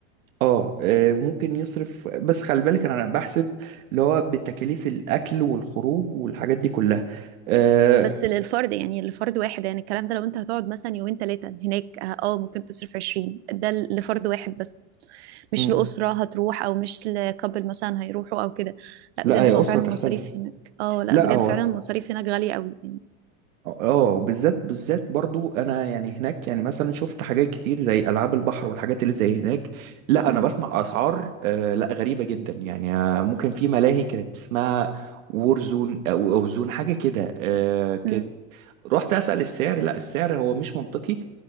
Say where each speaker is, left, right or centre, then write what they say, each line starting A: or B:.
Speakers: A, on the right; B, on the right.
A: اه آه، ممكن يصرف بس خلي بالك انا بحسب اللي هو بتكاليف الاكل والخروج والحاجات دي كلها آه،
B: بس للفرد يعني لفرد واحد يعني الكلام ده لو انت هتقعد مثلا يومين ثلاثة هناك اه آه، ممكن تصرف 20 ده ل- لفرد واحد بس مش
A: مم.
B: لأسرة هتروح او مش لكابل مثلا هيروحوا او كده لا
A: لا
B: بجد
A: هي
B: هو
A: أسرة
B: فعلا
A: تختلف
B: المصاريف هناك اه لا
A: لا
B: بجد
A: هو
B: فعلا المصاريف هناك غالية قوي يعني
A: اه وبالذات بالذات برضو انا يعني هناك يعني مثلا شفت حاجات كتير زي العاب البحر والحاجات اللي زي هناك لا
B: امم
A: انا بسمع اسعار آه لا غريبة جدا يعني آه، ممكن في ملاهي كانت اسمها وورزون او أو زون حاجة كده آه كانت
B: امم
A: رحت اسأل السعر لا السعر هو مش منطقي